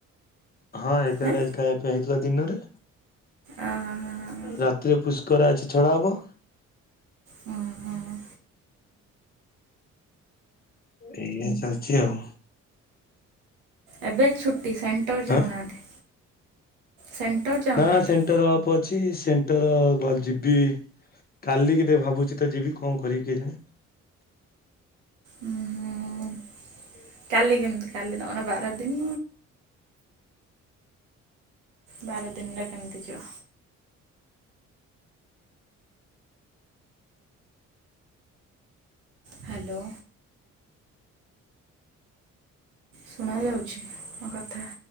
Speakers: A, on the left; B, on the right.
A: ହଁ ଏଗାରେ
B: ନା?
A: ଆଇଚି ଖାଇବା ପାଇଁ ହେଇଥିଲା ଦିନରେ
B: ଅହଁ ହଁ ହଁ
A: ରା ଥିରେ ପୁଷ୍କରା ଅଛି ଛଡା ହବ।
B: ହଁ ହୁଁ ହୁଁ।
A: ଏଇ ଚାଲିଛି ଆଉ।
B: ଏବେ ଛୁଟି ସେଣ୍ଟର୍ ଯାଉନାହାନ୍ତି।
A: ହଁ
B: ସେଣ୍ଟର ଯାଉନାହାନ୍ତି।
A: ନାଁ ସେଣ୍ଟର ଅଫ କିଛି ସେଣ୍ଟର ଯିବି କାଲିିକି ଦେ ଭାବୁଛି ତ ଯିବି କଣ କରିବି କେଜାଣି?
B: ଉୁ ହୁଁ କାଲି କେମିତି କାଲି ତମର ବାର ଦିନ୍। ବାର ଦିନରେ କେମିତି ଯିବ। ହ୍ୟାଲୋ। ଶୁଣା ଯାଉଛି ମୋ କଥା?